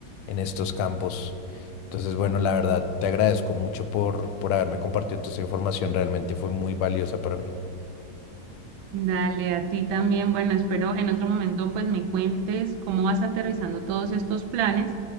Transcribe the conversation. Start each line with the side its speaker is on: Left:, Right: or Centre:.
Left: en estos campos. Entonces, bueno, la verdad, te agradezco mucho por, por haberme compartido toda esta información, realmente fue muy valiosa para mí.
Right: Dale, a ti también. Bueno, espero en otro momento pues me cuentes cómo vas aterrizando todos estos planes